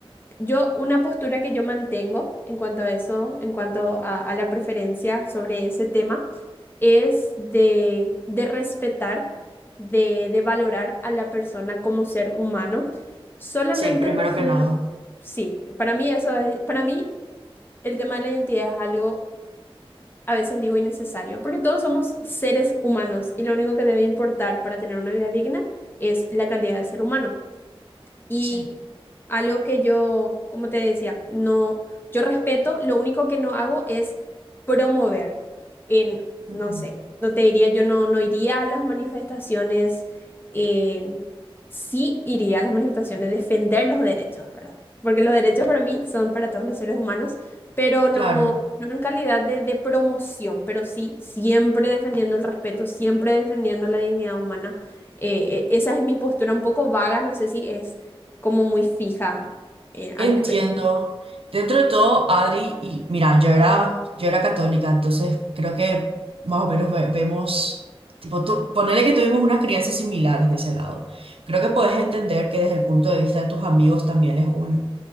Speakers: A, on the left; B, on the right.
A: yo, una postura que yo mantengo en cuanto a eso, en cuanto a, a la preferencia sobre ese tema, es de, de respetar, de, de valorar a la persona como ser humano. Solamente
B: Sí, primero
A: no soy
B: que nada.
A: una... Sí, para mí eso es, para mí el tema de la identidad es algo, a veces digo, innecesario, porque todos somos seres humanos y lo único que debe importar para tener una vida digna es la calidad de ser humano. Y
B: Sí.
A: algo que yo, como te decía, no, yo respeto, lo único que no hago es promover. En, no
B: Ujú.
A: sé, no te diría, yo no, no iría a las manifestaciones, en- sí iría a las manifestaciones, defender los derechos, ¿verdad? Porque los derechos para mí son para todos los seres humanos, pero no,
B: Claro,
A: no en calidad de, de promoción, pero sí siempre defendiendo el respeto, siempre defendiendo la dignidad humana. Eh, eh, esa es mi postura un poco vaga, no sé si es como muy fija eh, al
B: entiendo.
A: respecto.
B: Dentro de todo, Adri, y mira, yo era, yo era católica, entonces creo que más o menos ve- vemos, tipo, tú, ponele que tuvimos unas crianzas similares de ese lado. Creo que puedes entender que desde el punto de vista de tus amigos también es un,